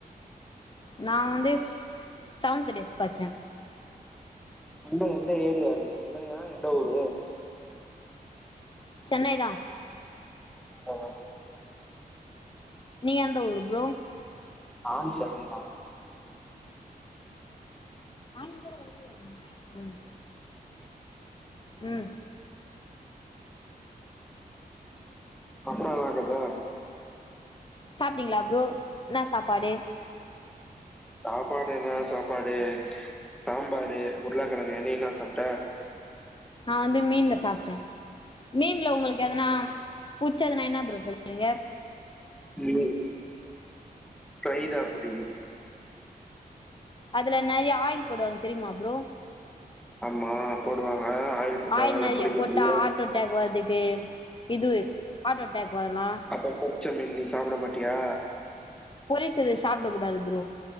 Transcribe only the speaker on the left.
நா வந்துஸ் சவன்த்து டேஸ் பச்சே
சென்னைதா
நீ எந்த ஊரு ப்ரோ
ஆய்ங்கர வள்ளையடிங் ம் ம்
சாப்டீங்ளா ப்ரோ ன்னா சாப்பாடு
நா வந்து மீன்ல சாப்ட்டே மீன்ல உங்ளுக் எதனா புச்சதுனா என்ன ப்ரோ சொல்வீங்க
அதுல நறியா ஆய்ல் போடுவாங் தெரியுமா ப்ரோ
ஆயில் நறையா
போட்டா
ஹாட் டட்டாக் வர்துக்கே இதுவு ஹாட் அட்டேக் வர்லா
பொரித்தது சாப்ட கூடாது ப்ரோ